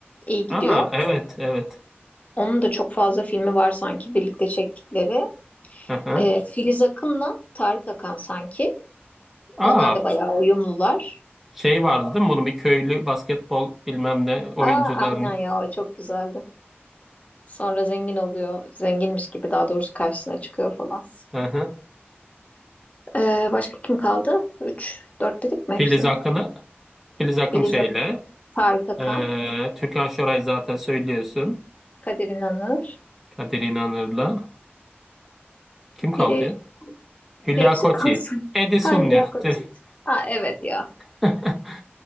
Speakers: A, on the left; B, in the centre.
A: iyi gidiyor.
B: Aa evet evet.
A: Onun da çok fazla filmi var sanki birlikte çektikleri.
B: Hı hı.
A: Ee, Filiz Akın'la Tarık Akan sanki.
B: Aa
A: Onlar da bayağı uyumlular.
B: şey vardı değil mi? Bunun bir köylü basketbol bilmem ne oyuncularını.
A: Aa, aynen ya o çok güzeldi. Sonra zengin oluyor. Zenginmiş gibi daha doğrusu karşısına çıkıyor falan.
B: Hı hı.
A: Ee, başka kim kaldı? üç 4 dedik mi
B: Filiz
A: hepsini?
B: Akın'ı Filiz Akın
A: Filiz
B: şeyle
A: Ak- Tarık Akan,
B: e, Türkan Şoray zaten söylüyorsun.
A: Kadir İnanır.
B: Kadir İnanır'la. Kim kaldı
A: Biri,
B: ya? Hülya
A: biri eksik
B: Koçyiğit.
A: kalsın. <laughs>
B: Edison
A: Hayriye
B: ya.
A: Koçit.
B: Direkt.
A: Ha evet ya.
B: <laughs>